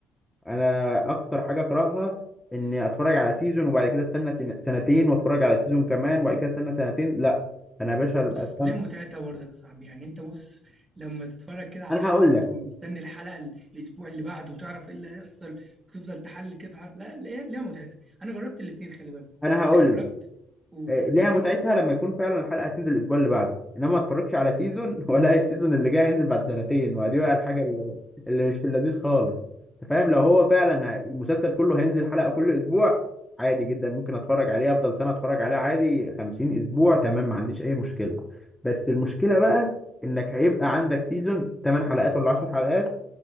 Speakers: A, in the centre; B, on the right.
A: انا اكتر حاجه اكرهها اني اتفرج على سيزون وبعد كده استنى سن- سنتين واتفرج على سيزون كمان وبعد كده استنى سنتين لا انا يا باشا
B: بص
A: استنى
B: ليها متعتها برضك يا صاحبي يعني انت بص لما تتفرج كده على
A: انا
B: الحلقه
A: هقول
B: وتبقى
A: لك
B: مستني الحلقه ال- الاسبوع اللي بعده وتعرف ايه اللي هيحصل وتفضل تحلل كده الحلقة. لا ليها ليها متعتها انا جربت الاثنين خلي بالك
A: انا هقول
B: يعني جربت
A: لك
B: قول
A: آه، ليها متعتها لما يكون فعلا الحلقه هتنزل الاسبوع اللي بعده انما ما اتفرجش على سيزون <laughs> ولا السيزون اللي جاي هينزل بعد سنتين ما دي بقى الحاجه اللي, اللي مش في اللذيذ خالص انت فاهم لو هو فعلا المسلسل كله هينزل حلقه كل اسبوع عادي جدا ممكن اتفرج عليه افضل سنه اتفرج عليه عادي 50 اسبوع تمام ما عنديش اي مشكله بس المشكله بقى انك هيبقى عندك سيزون 8 حلقات ولا 10 حلقات